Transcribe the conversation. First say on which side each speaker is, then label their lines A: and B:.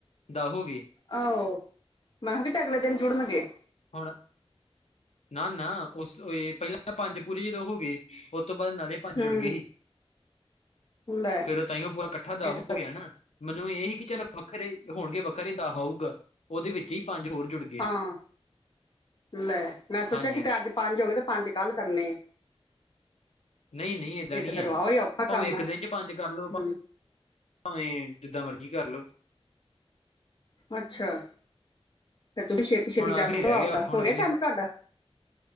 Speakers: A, on the left; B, on the left.
A: ਦਹ ਹੋਗੇ।
B: ਆਹ ਹੋ, ਮੈਂ ਕਿਹਾ ਕਿਤੇ ਅਗਲੇ ਤਨ ਜੁੜਨਗੇ
A: ਹੁਣ ਨਾ-ਨਾ ਉਸ ਪਹਿਲਾਂ ਪੰਜ ਪੂਰੇ ਜਦੋਂ ਹੋ ਗਏ, ਉਸ ਤੋਂ ਬਾਅਦ ਨਾਲੇ ਪੰਜ
B: ਹੂੰ
A: ਜੁੜ ਗਏ ਸੀ
B: ਲੈ
A: ਫੇਰ ਉਹ ਤਾਂਹੀਓ ਪੂਰਾ ਇਕੱਠਾ ਦਾਬ
B: ਇਹ ਤੇ ਫਿਰ
A: ਹੋ ਗਿਆ ਨਾ ਮੈਨੂੰ ਇਹ ਹੀ ਕਿ ਚੱਲ ਵੱਖਰੇ ਹੋਣਗੇ, ਵੱਖਰੇ ਤਾਂ ਹੋਊਗਾ ਉਹਦੇ ਵਿੱਚ ਹੀ ਪੰਜ ਹੋਰ ਜੁੜ ਗਏ
B: ਹਾਂ, ਲੈ, ਮੈਂ ਸੋਚਿਆ
A: ਹਾਂਜੀ
B: ਕਿਤੇ ਅੱਜ ਪੰਜ ਹੋ ਗਏ ਤੇ ਪੰਜ ਕੱਲ ਕਰਨੇ ਆ
A: ਨਹੀਂ-ਨਹੀਂ ਏਦਾਂ
B: ਇਹ
A: ਨੀ
B: ਤੇ ਫਿਰ
A: ਐ,
B: ਵਾਹ ਹੀ ਔਖਾ
A: ਭਾਵੇਂ
B: ਕੰਮ
A: ਇੱਕ
B: ਹੈ
A: ਦਿਨ ਚ' ਪੰਜ ਕਰ ਲਓ
B: ਹੂੰ
A: ਭਾਵੇਂ ਜਿੱਦਾਂ ਮਰਜੀ ਕਰ ਲਓ
B: ਅੱਛਾ ਫੇਰ ਤੁਸੀਂ ਛੇਤੀ ਛੇਤੀ
A: ਹੁਣ ਆਖਰੀ
B: ਚਾਲੂ ਕਰੋ
A: ਰਹਿ
B: ਆਪਦਾ,
A: ਹੁਣ
B: ਹੋ ਗਿਆ
A: ਵੇਨੇ
B: ਚਾਲੂ ਤੁਹਾਡਾ